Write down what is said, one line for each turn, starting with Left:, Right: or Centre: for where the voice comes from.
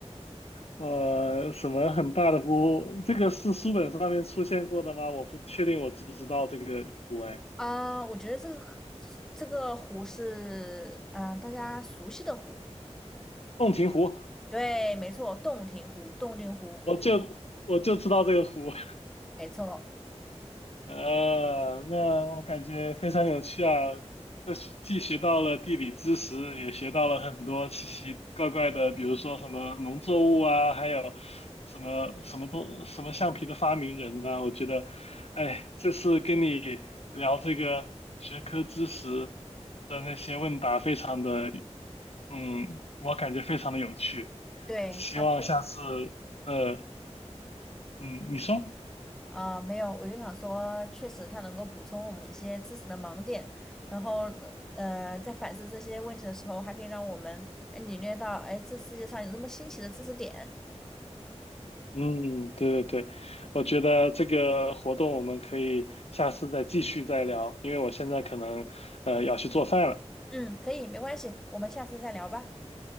Left: 呃，什么很大的湖？这个是书本上面出现过的吗？我不确定，我知不知道这个湖？哎，
Centre: 啊、我觉得这个可这个湖是嗯、呃大家熟悉的湖，
Left: 洞庭湖，
Centre: 对，没错，洞庭湖，洞庭湖，
Left: 我就我就知道这个湖。
Centre: 没错，
Left: 呃，那我感觉非常有趣啊！这是既学到了地理知识，也学到了很多奇奇怪怪的，比如说什么农作物啊，还有什么什么东什么橡皮的发明人呐、我觉得，哎，这次跟你聊这个学科知识的那些问答，非常的，嗯，我感觉非常的有趣。
Centre: 对它
Left: 希望下次，呃，嗯，你说。
Centre: 啊、呃没有，我就想说，确实它能够补充我们一些知识的盲点，然后呃，在反思这些问题的时候，还可以让我们哎领略到哎这世界上有这么新奇的知识点。
Left: 嗯，对对对，我觉得这个活动我们可以下次再继续再聊，因为我现在可能呃要去做饭了。
Centre: 嗯，可以，没关系，我们下次再聊吧，